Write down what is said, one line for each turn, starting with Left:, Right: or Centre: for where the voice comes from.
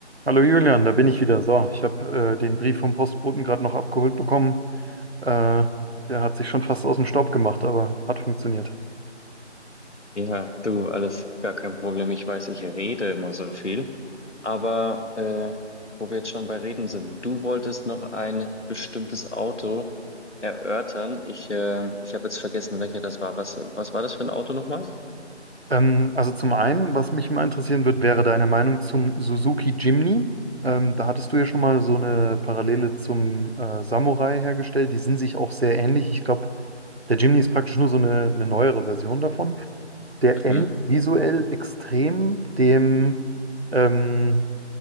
Right: Hallo Julian, da bin ich wieder. So, ich habe äh, den Brief vom Postboten gerade noch abgeholt bekommen. Äh, der hat sich schon fast aus dem Staub gemacht, aber hat funktioniert.
Left: Ja, du, alles gar kein Problem. Ich weiß, ich rede immer so viel. Aber äh, wo wir jetzt schon bei Reden sind, du wolltest noch ein bestimmtes Auto erörtern. Ich, äh, ich habe jetzt vergessen, welcher das war. Was, was war das für ein Auto nochmal?
Right: Ähm, also zum einen, was mich mal interessieren wird, wäre deine Meinung zum Suzuki Jimny. Ähm, da hattest du ja schon mal so eine Parallele zum äh, Samurai hergestellt. Die sind sich auch sehr ähnlich. Ich glaube, der Jimny ist praktisch nur so eine, eine neuere Version davon. Der
Left: Mhm.
Right: ähnelt visuell extrem dem ähm,